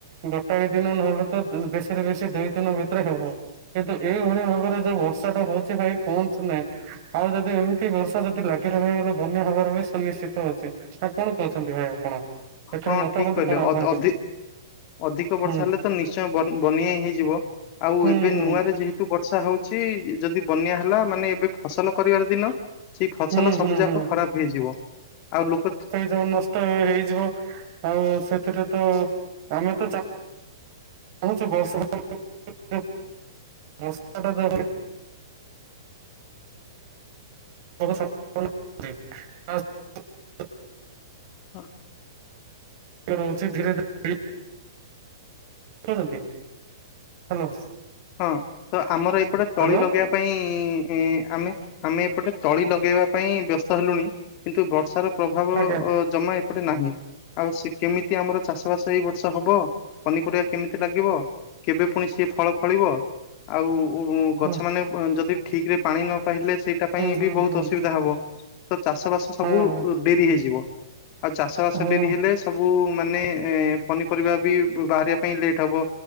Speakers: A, on the right; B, on the left.
A: ଗୋଟାଏ ଦିନ ନହେଲେ ତ ବେଶୀରେ ବେଶୀ ଦୁଇ ଦିନ ଭିତରେ ହବ। କିନ୍ତୁ ଏଇଭଳିଆ ଭାବରେ ଯୋଉ ବର୍ଷା ଟା ହଉଛି ଭାଇ କୁହନ୍ତୁ ନାହିଁ ଆଉ ଯଦି ଏ ବର୍ଷା ଯଦି ଲାଗି ରହିବ ବଲେ ବନ୍ୟା ହବାର ବି ସୁନିଶ୍ଚିତ ଅଛି ନା କଣ କହୁଛନ୍ତି ଭାଇ ଆପଣ? ଏଥିର
B: ହଁ
A: ମତାମତ
B: ଠିକ କହିଲେ
A: କଣ ଆପଣଙ୍କର?
B: ଅଧ- ଅଧି ଅଧିକ ବର୍ଷା
A: ହୁଁ
B: ହେଲେ ତ ନିଶ୍ଚୟ ବନ ବନ୍ୟା ହେଇଯିବ ଆଉ
A: ହୁଁ
B: ଏବେ
A: ହୁଁ
B: ନୂଆରେ ଯେହେ ଏଠୁ ବର୍ଷା ହଉଛି ଯଦି ବନ୍ୟା ହେଲା ମାନେ ଏବେ ଫସଲ କରିବାର ଦିନ। ସେଇ ଫସଲ
A: ହୁଁ
B: ସବୁ
A: ହୁଁ
B: ଯାକ
A: ହୁଁ।
B: ଖରାପ ହେଇଯିବ ଆଉ ଲୋକ?
A: ଯୋଉ ନଷ୍ଟ ହେଇଯିବ ଆଉ ସେଥିରେ ତ ଆମେ ତଚା <inaudible> <inaudible>
B: ହଁ।
A: ଏ ରହୁଛି ଧୀରେ ଧୀରେ କରନ୍ତି ହ୍ୟାଲୋ।
B: ହଁ ତ ଆମର ଏପଟେ
A: ହ୍ୟାଲୋ
B: ତଳି ଲଗେଇବା? ପାଇଁ ଇ ଆମେ ଆମେ ଏପଟେ ତଳି ଲଗେଇବା ପାଇଁ ବ୍ୟସ୍ତ ହେଲୁଣି। କିନ୍ତୁ ବର୍ଷାର ପ୍ରଭାବ
A: ଆଜ୍ଞା
B: ଅ ଜମା ଏପଟେ ନାହିଁ। ଆଉ ସିଏ କେମିତି ଆମର ଚାଷବାସ ଏଇ ବର୍ଷ ହବ ପନିପରିବା କେମିତି ଲାଗିବ। କେବେ ପୁଣି ସେ ଫଳ ଫଳିବ ଆଉ ଉ ଗଛ
A: ହୁଁ
B: ମାନ ଯଦି ଠିକରେ ପାଣି ନ ପାଇଲେ। ସେଇଟା ପାଇଁ
A: ହୁଁ
B: ବି ବହୁତ
A: ହୁଁ
B: ଅସୁବିଧା ହବ ତ ଚାଷ ବାସ ସବୁ
A: ହୁଁ
B: ଉ
A: ହଁ
B: ଡେରି ହେଇଯିବ। ଆଉ ଚାଷ ବାସ
A: ଭାଇ ହଁ
B: ଡେରି ହେଲେ ସବୁ ଉ ମାନେ ଏ ପନିପରିବା ବି ବାହାରିବା ପାଇଁ ଲେଟ୍ ହବ।